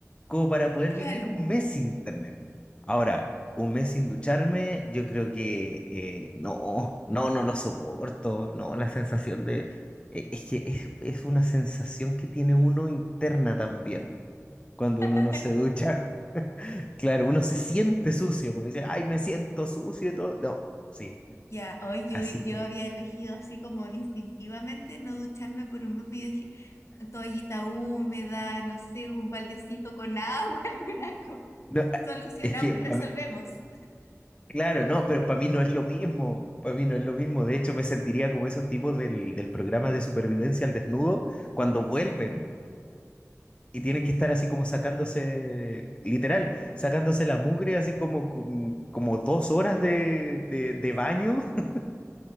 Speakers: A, on the left; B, on the left.
A: como para poder
B: Claro.
A: vivir un mes sin internet. Ahora, un mes sin ducharme, yo creo que eh, no, no, no lo soporto, no, la sensación de... eh, Es que es, es una sensación que tiene uno interna también, cuando
B: <laughs>
A: uno no se ducha. <laughs> Claro, uno se siente sucio, como dice, ay, me siento sucio y todo. No, sí,
B: Ya, hoy yo,
A: así
B: yo
A: que...
B: había elegido así como instintivamente no ducharme por un mes, pero yo dije, toallita húmeda, no sé, un baldecito con agua, <laughs> alguna cosa.
A: no,
B: Solucionamos,
A: es que
B: resolvemos.
A: Claro, no, pero para mí no es lo mismo. Para mí no es lo mismo. De hecho, me sentiría como esos tipos del, del programa de supervivencia al desnudo cuando vuelven y tienen que estar así como sacándose, literal, sacándose la mugre, así como, com- como dos horas de, de, de baño. <laughs>